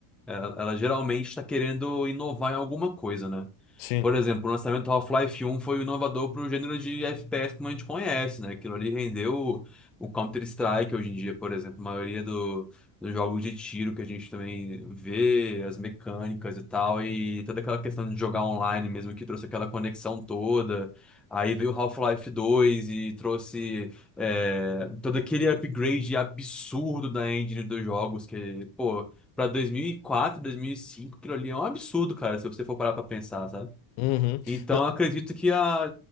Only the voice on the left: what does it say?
Sim.
Uhum.
Não,